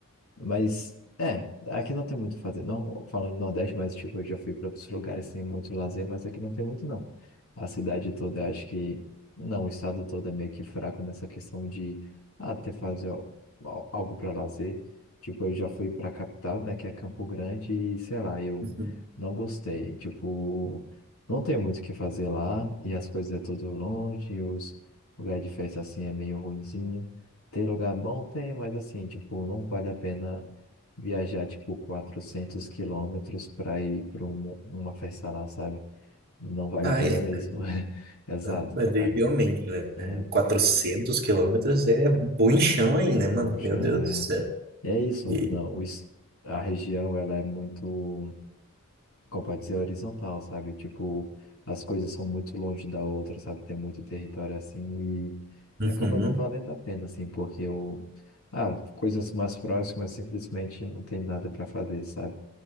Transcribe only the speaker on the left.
Mas, é, aqui não tem muito o que fazer. Não falando do Nordeste, mas, tipo, eu já fui para outros lugares sem muito lazer, mas aqui não tem muito, não. A cidade toda, acho que. Não, o estado todo é meio que fraco nessa questão de até fazer al- al- algo para lazer. Tipo, eu já fui para a capital, né, que é Campo Grande, e sei lá, eu
não gostei. Tipo, não tem muito o que fazer lá, e as coisas é tudo longe, os lugares de festa assim é meio ruinzinho. Tem lugar bom? Tem, mas assim, tipo, não vale a pena viajar, tipo, 400 quilômetros para ir para uma, uma festa lá, sabe? Não vale
a pena
mesmo.
<laughs> Exato.
Aí,
É,
bom
chão,
é.
E é isso.
Não, o es- a região, ela é muito. como pode dizer, horizontal, sabe? Tipo, as coisas são muito longe da outra, sabe? Tem muito território assim e
e acaba não valendo a pena, assim, porque eu... Ah, coisas mais próximas simplesmente não tem nada para fazer, sabe?